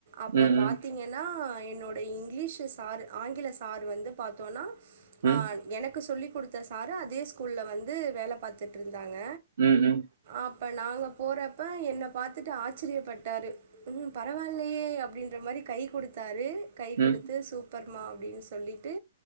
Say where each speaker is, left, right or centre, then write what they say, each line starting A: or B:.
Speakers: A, on the right; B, on the right.
A: அப்ப
B: ம், ம்,
A: பாத்தீங்க ன்னா என்னோட இங்லீஷ்ஷு சார் ஆங்கில சார் வந்து பாத்தோன்னா
B: ம்,
A: ஆ எனக்கு சொல்லி குடுத்த சாரு அதே ஸ்கூல்ல வந்து வேல பாத்துட்ருந்தாங்க
B: ம் ம்
A: அப்ப நாங்க போறப்ப என்ன பாத்துட்டு ஆச்சிரியப்பட்டாரு ம் பரவால்லயே அப்டின்ற மாரி கை குடுத்தாரு கை
B: ம்,
A: குடுத்து சூப் ப்ர்மா அப்டின்னு சொல்லிட்டு